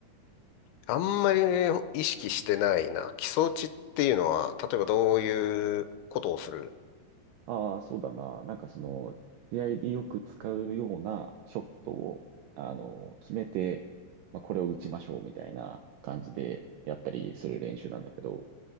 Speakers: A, on the left; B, on the right.
A: あんまり意識してないな。基礎打ちっていうのは、例えばどういうことをする
B: ああ、そうだな。なんかその、試合でよく使うようなショットを、あの、決めて、まあ、これを打ちましょうみたいな感じでやったりする練習なんだけど、